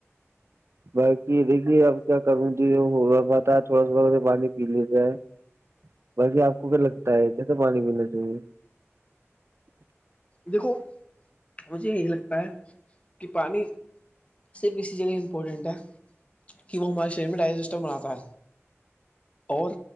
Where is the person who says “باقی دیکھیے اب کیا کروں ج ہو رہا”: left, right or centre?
Right